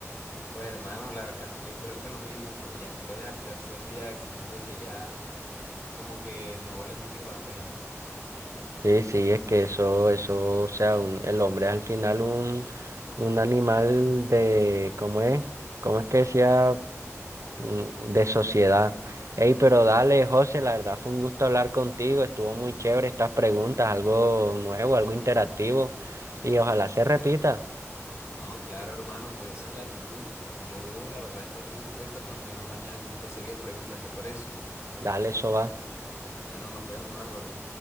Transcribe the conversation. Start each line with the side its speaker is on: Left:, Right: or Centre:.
Left: Pues hermano, la verdad es que yo creo que lo mismo, pero ya después del tercer día siento de que ya como que no vale mucho la pena.
Right: Sí, sí, es que eso, eso, o sea, un- el hombre es al final un, un animal de, ¿cómo es? ¿Cómo es que decía? Mm, De sociedad. Ey, pero dale, José, la verdad fue un gusto hablar contigo, estuvo muy chévere estas preguntas, algo nuevo, algo interactivo, y ojalá se repita.
Left: No, claro, hermano, pues esa es la actitud. Yo la verdad es que estoy dispuesto a continuar mañana con esta serie de preguntas, ¿te parece?
Right: Dale, eso va.
Left: Bueno, nos vemos, Álvaro.